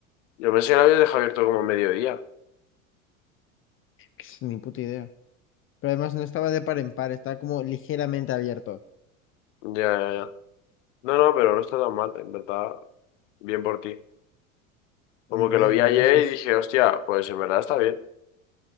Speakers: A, on the left; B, on the left.
A: Yo pensé que lo habías dejado abierto como a mediodía.
B: <laughs> Ni puta idea. Pero además no estaba de par en par, estaba como ligeramente abierto.
A: Ya, ya, ya. No, no, pero no está tan mal, en verdad. Bien por ti.
B: Hombre,
A: Como que lo vi ayer
B: yo es que es...
A: y dije, hostia, pues en verdad está bien.